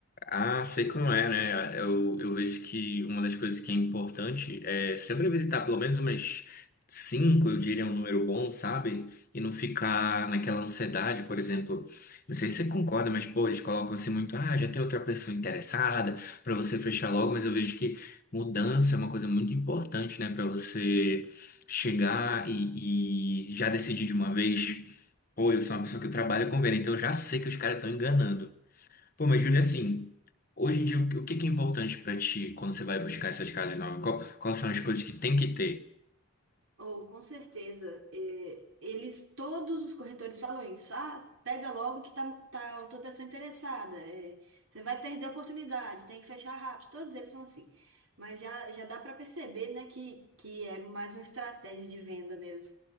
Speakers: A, on the left (about 40°); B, on the right (about 70°).
A: Ah, sei como é, né? Eu, eu vejo que uma das coisas que é importante é sempre visitar pelo menos umas cinco, eu diria, um número bom, sabe? E não ficar naquela ansiedade, por exemplo. Não sei se você concorda, mas, pô, eles colocam assim muito, ah, já tem outra pessoa interessada, pra você fechar logo, mas eu vejo que mudança é uma coisa muito importante, né? Pra você chegar e, e já decidir de uma vez. Pô, eu sou uma pessoa que eu trabalho com venda, então eu já sei que os caras estão enganando. Pô, mas Júlia, assim, hoje em dia, o que o que que é importante pra ti quando você vai buscar essas casas novas? Qual- quais são as coisas que tem que ter?
B: Ou, com certeza, é, eles, todos os corretores falam isso. Ah, pega logo que tá, tá outra pessoa interessada. é, você vai perder a oportunidade, tem que fechar rápido. Todos eles são assim. Mas já, já dá para perceber, né, que, que é mais uma estratégia de venda mesmo.